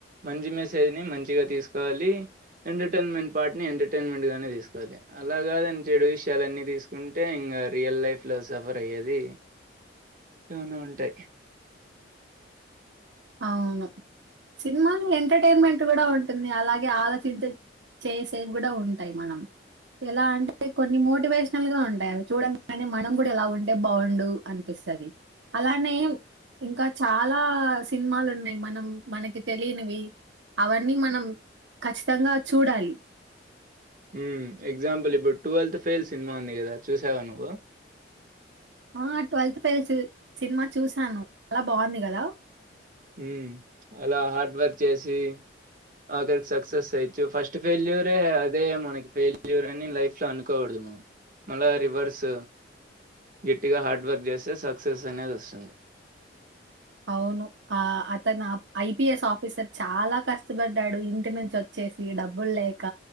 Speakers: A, on the right; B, on the right.
A: మంచి మెసేజ్ని మంచిగా తీసుకోవాలి ఎంటర్టైన్మెంట్ పార్ట్ని ఎంటర్టైన్మెంట్గానే తీసుకోవాలి అలా గాదు దాని చెడు విషయాలన్నీ తీసుకుంటే ఇంకా రియల్ లైఫ్లో సఫర్ అయ్యేది టునో ఉంటాయి
B: అవును సినిమాలు ఎంటర్టైన్మెంట్ కూడా ఉంటుంది అలాగే ఆలోచించ చేసేపు కూడా ఉంటాయి మనం ఎలా అంటే కొన్ని మోటివేషనల్ గా ఉంటాయి అవి చూడ గానే మనం కూడా ఎలా ఉంటే బాగుండు అనిపిస్తది అలానే ఇంకా చాలా సినిమాలు ఉన్నాయి మనం మనకి తెలియనివి అవన్నీ మనం ఖచ్చితంగా చూడాలి
A: ఉ ఎగ్జాంపుల్ ఇప్పుడు ట్వెల్త్ ఫెయిల్ సినిమా ఉంది గదా చూసావా నువ్వు
B: ఆ ట్వల్త్ తెలుసు సినిమా చూశాను చాలా బాగుంది గదా
A: ఉ అలా హార్డ్ వర్క్ చేసి ఆఖరికి సక్సెస్ అయచ్చు ఫస్ట్ ఫెయిల్యూరే అదే మనకి ఫెయిల్యూర్ అని లైఫ్లో అనుకోగూడదు మనం మళ్ళా రివర్స్ గట్టిగా హార్డ్ వర్క్ చేస్తే సక్సెస్ అనేది వస్తుంది
B: అవును ఆ అతను ఐపీఎస్ ఆఫీసర్ చాలా కష్టపడ్డాడు ఇంటి నుంచి వచ్చేసి డబ్బులు లేక